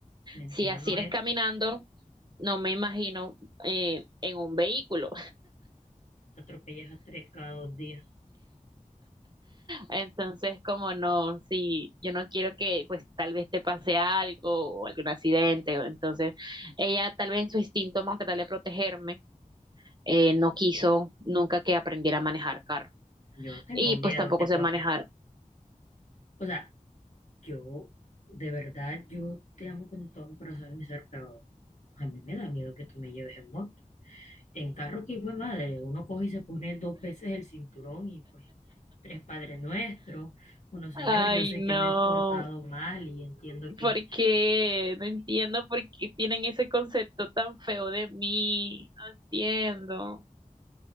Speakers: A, on the left; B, on the right.
A: mentira
B: Si así
A: no
B: eres
A: es.
B: caminando, no me imagino eh, en un vehículo.
A: Te atropellas a tres cada dos días.
B: Entonces, como no, si yo no quiero que pues tal vez te pase algo o algún accidente, o entonces ella tal vez en su instinto más tratar de protegerme, eh, no quiso nunca que aprendiera a manejar carro.
A: Yo tengo
B: Y
A: miedo
B: pues tampoco
A: que tú
B: sé
A: aprendas.
B: manejar.
A: O sea, yo, de verdad, yo te amo con todo mi corazón y mi ser, pero A mí me da miedo que tú me lleves en moto. En carro, que hijo de madre, uno coge y se pone dos veces el cinturón y pues tres padres nuestros. Bueno, señor,
B: Ay,
A: yo sé
B: no,
A: que me he portado mal y entiendo que
B: ¿por qué? No entiendo por qué tienen ese concepto tan feo de mí. No entiendo.